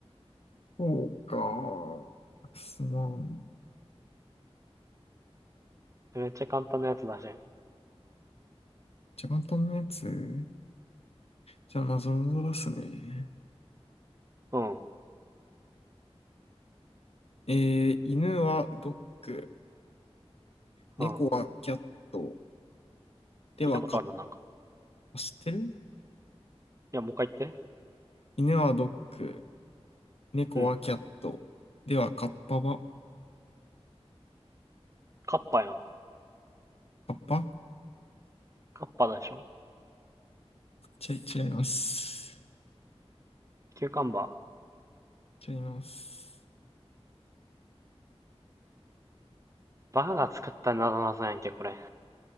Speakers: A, on the left; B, on the right.
A: そうか。すまん。
B: めっちゃ簡単なやつだし。
A: じゃ簡単なやつ。じゃあ、謎ぞ出すね。
B: うん、うん。
A: えー、犬はドッグ、猫はキャット、
B: 聞
A: ではカッ
B: いたことあるな、なんか。
A: パ、知ってる
B: いや、もう一回言って。
A: 犬はドッグ、猫はキャット、
B: うん。
A: ではカッパは、
B: カッパやん。
A: カッパ
B: カッパでしょ。
A: ちゃ、違います。
B: キューカンバー。
A: 違います。
B: バカが作ったなぞなぞやんけ、これ。